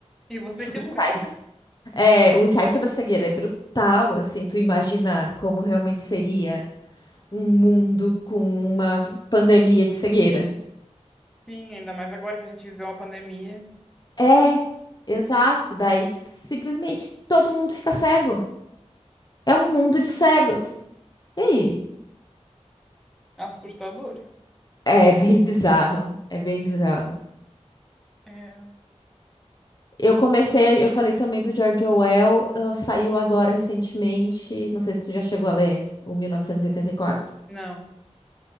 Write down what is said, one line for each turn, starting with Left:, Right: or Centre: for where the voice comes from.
Centre: E você que
Left: O
Centre: lute.
Left: ensaio, é, o ensaio sobre a cegueira é brutal, assim, tu imaginar como realmente seria um mundo com uma pandemia de cegueira.
Centre: Sim, ainda mais agora que a gente viveu uma pandemia.
Left: É, exato. Daí, tipo, simplesmente todo mundo fica cego. É um mundo de cegos. E aí?
Centre: Assustador.
Left: É bem bizarro. É bem bizarro.
Centre: É.
Left: Eu comecei, eu falei também do George Orwell, ah, saiu agora recentemente. Não sei se tu já chegou a ler, o 1984.
Centre: Não,